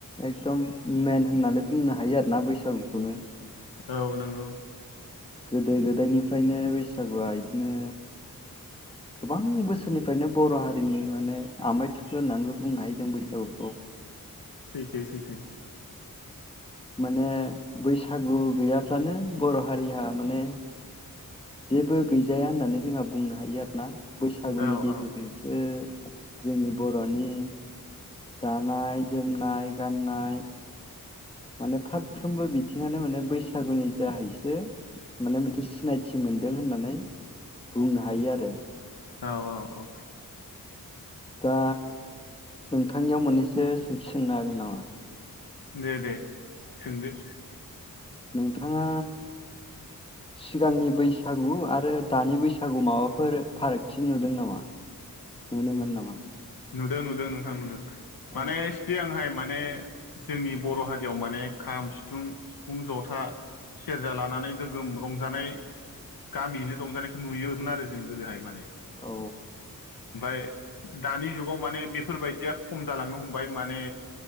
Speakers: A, on the left (about 15°); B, on the left (about 80°).
A: एकदम मेन होननानै बुंनो हायो आरोना बैसागुखौनो
B: औ नंगौ
A: गोदो गोदायनिफ्रायनो बैसागुआ इदिनो गोबां बोसोरनिफ्रायनो बरहारिनि माने आमाइ थुख्लु होननानैबो बुंनो हायो जों बैसागुखौ
B: सैथो सैथो
A: माने बैसागु गैयाब्लानो बर‌हारिया माने जेबो गैजाया होननानै जोंहा बुंनो हायो आरोना बैसागुनि
B: औ
A: गेजेरजोंसो
B: औ
A: जोंनि बरनि दानाय जोमनाय गाननाय माने फारफ्रोमबो बिथिङानो माने बैसागुनि जाहैसो माने मोनसे सिनायथि मोनदों होननानै बुंनो हायो आरो
B: औ औ औ
A: दा नोंथांनियाव मोननैसो सोंथि सोंनो हागोन नामा?
B: दे दे सोंदो
A: नोंथाङा सिगांनि बैसागु आरो दानि बैसागु माबाफोर फारागथि नुदों नामा? नुनो मोन नामा?
B: नुदो नुदों नोंथां नुदों माने
A: औ
B: सिगांहाय मान ने जोंनि बरहारियाव माने खाम सिथुं सिफुं जथा सेरजा लानानै गोगोम रंजानाय गामियैनो रंजानायखो नुयोमोन आरो जों गोदोहाय माने
A: औ
B: ओमफ्राय दानि जुगाव माने बेफोरबायदिया खम जालांनो हमबाय माने